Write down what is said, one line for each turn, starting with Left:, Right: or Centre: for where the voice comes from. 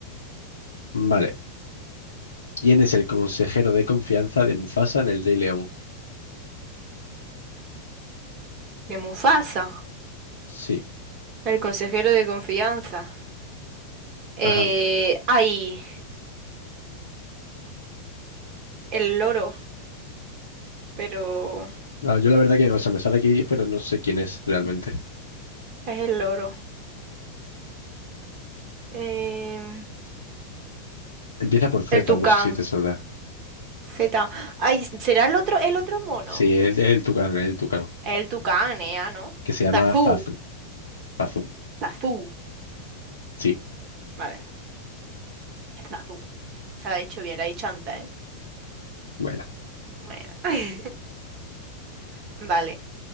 Left: Vale. ¿Quién es el consejero de confianza de Mufasa en el Rey León?
Right: De Mufasa,
Left: Sí.
Right: el consejero de confianza. Eh,
Left: ajá
Right: ay, el loro, pero
Left: Ah, yo la verdad que, o sea, me sale aquí, pero no sé quién es realmente.
Right: es el loro. Em,
Left: Empieza por Z,
Right: el tucán.
Left: no sé si te saldrá.
Right: Z. Ay, ¿será el otro, el otro mono?
Left: Sí, es el, el Tucán, el Tucán,
Right: El tucán, Nea, ¿no?
Left: que se llama
Right: Tazú.
Left: Zazu. Zazu,
Right: Tazú.
Left: sí.
Right: Vale. Ya Está. Uh, Se la ha dicho bien, la ha dicho antes, ¿eh?
Left: Bueno,
Right: Bueno. <laughs> Vale.